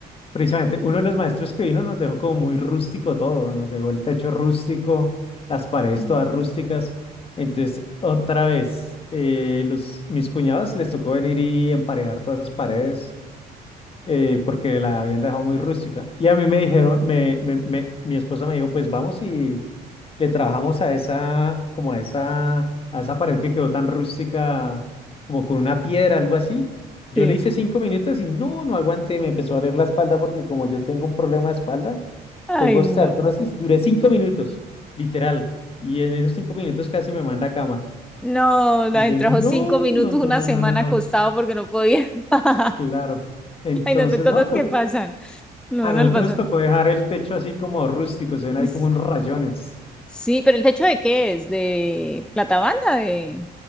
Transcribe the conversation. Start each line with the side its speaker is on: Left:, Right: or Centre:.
Left: Precisamente, uno de los maestros que vino nos dejó como muy rústico todo, nos dejó el techo rústico, las paredes
Centre: Mm.
Left: todas rústicas. Entonces, otra vez, eh, los, mis cuñados les tocó venir y emparejar todas esas paredes eh, porque la habían dejado muy rústica. Y a mí me dijeron, me, me- me- mi esposa me dijo, pues vamos y le trabajamos a esa, como a esa, a esa pared que quedó tan rústica, como con una piedra, algo así. Yo
Centre: Sí.
Left: le hice cinco minutos y no, no aguanté, me empezó a doler la espalda porque como yo tengo un problema de espalda,
Centre: Ay,
Left: tengo
Centre: no.
Left: osteoartrosis, duré cinco minutos, literal. Y en esos cinco minutos casi me manda a cama.
Centre: No, la
Left: Y yo,
Centre: trabajó
Left: no,
Centre: cinco minutos
Left: no, no,
Centre: una
Left: no,
Centre: semana
Left: no, no, no,
Centre: acostado porque no podía. <laughs>
Left: claro. Entonces,
Centre: Ay, no son cosas
Left: no, no.
Centre: que pasan. No,
Left: A
Centre: no
Left: nosotros
Centre: le pasa.
Left: nos tocó dejar el techo así como rústico, se ven ahí
Centre: S-
Left: como unos rayones.
Centre: Sí, pero el techo de qué es? ¿De platabanda? De...